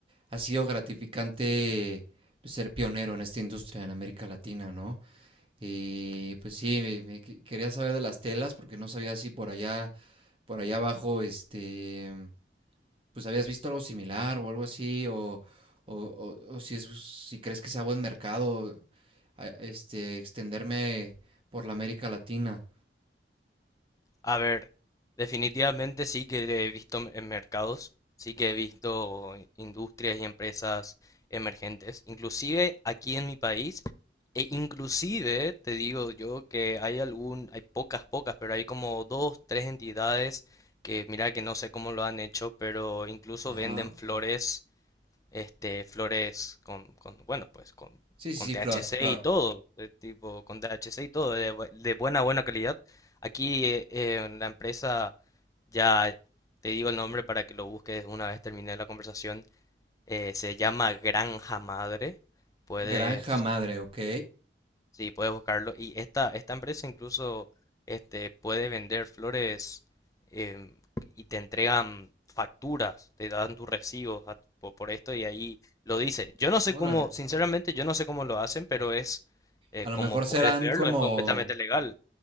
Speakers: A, on the right; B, on the left.
A: ha sido gratificante pues, ser pionero en esta industria en América Latina, ¿no? Y pues sí, me, me que- quería saber de las telas porque no sabía si por allá, por allá abajo, este, pues habías visto algo similar o algo así, o, o- o- o si es, si crees que sea buen mercado, a- este, extenderme por la América Latina.
B: A ver, definitivamente sí que he visto m- en mercados, sí que he visto industrias y empresas emergentes, inclusive aquí en mi país, e inclusive te digo yo que hay algún, hay pocas, pocas, pero hay como dos, tres entidades que mira que no sé cómo lo han hecho, pero incluso
A: Ajá.
B: venden flores este, flores con, con, bueno, pues con,
A: Sí,
B: con
A: sí, sí,
B: THC
A: Flor, Flor.
B: y todo, eh, tipo, con THC y todo, de, bu- de buena, buena calidad. Aquí eh, eh, en la empresa, ya te digo el nombre para que lo busques una vez terminé la conversación, eh, se llama Granja Madre, puedes
A: Granja madre, ok.
B: Sí, puedes buscarlo. Y esta, esta empresa incluso este, puede vender flores em, y te entregan facturas, te dan tus recibos a- po- por, esto y ahí lo dice. Yo no sé
A: Órale.
B: cómo, sinceramente, yo no sé cómo lo hacen, pero es, eh,
A: A lo
B: como
A: mejor
B: puedes
A: serán
B: verlo,
A: como,
B: es completamente legal.